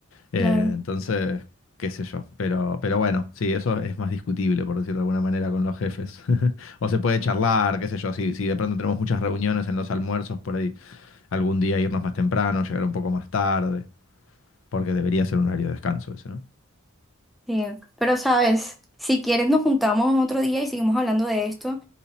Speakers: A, on the left (about 70°); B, in the centre.
A: eh,
B: claro.
A: entonces, qué sé yo, pero, pero bueno, sí, eso es más discutible, por decirlo de alguna manera, con los jefes. <laughs> O se puede charlar, qué sé yo, si, si de pronto tenemos muchas reuniones en los almuerzos, por ahí algún día irnos más temprano, llegar un poco más tarde, porque debería ser un horario de descanso ese, ¿no?
B: Sí. Pero sabes, si quieres nos juntamos otro día y seguimos hablando de esto,